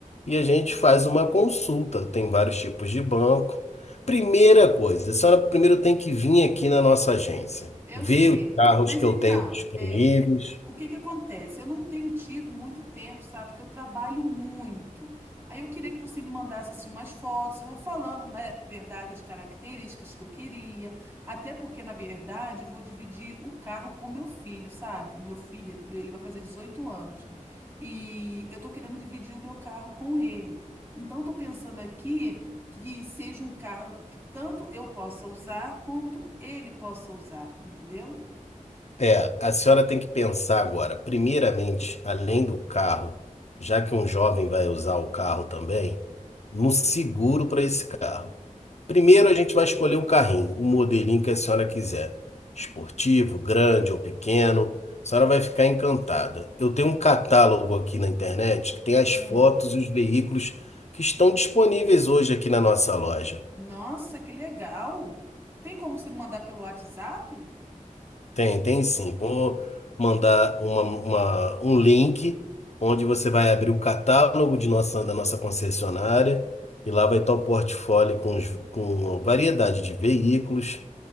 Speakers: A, on the left (about 55°); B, on the right (about 20°).
A: e a gente faz uma consulta. Tem vários tipos de banco. Primeira coisa, a senhora primeiro tem que vir aqui na nossa agência,
B: Eu
A: ver
B: sei.
A: os carros
B: Mas
A: que
B: então,
A: eu tenho disponíveis.
B: é, o que que acontece? Eu não tenho tido muito tempo, sabe? Porque eu trabalho muito. Aí eu queria que você me mandasse assim umas fotos. Eu vou falando, na verdade, as características que eu queria. Até porque, na verdade, eu vou dividir o carro com meu filho, sabe? Meu filho, ele vai fazer 18 anos. E eu tô querendo dividir o meu carro com ele. Então, eu tô pensando aqui que seja um carro que tanto eu possa usar quanto ele possa usar, entendeu?
A: É, a senhora tem que pensar agora, primeiramente, além do carro, já que um jovem vai usar o carro também, no seguro para esse carro. Primeiro a gente vai escolher o carrinho, o modelinho que a senhora quiser. Esportivo, grande ou pequeno. A senhora vai ficar encantada. Eu tenho um catálogo aqui na internet que tem as fotos
B: Hum.
A: e os veículos que estão disponíveis hoje aqui na nossa loja.
B: Nossa, que legal! Tem como você me mandar pelo WhatsApp?
A: Tem, tem sim. Vou mandar uma- uma- um link onde você vai abrir o catálogo de nossa, da nossa concessionária e lá vai estar o portfólio com, os- com a variedade de veículos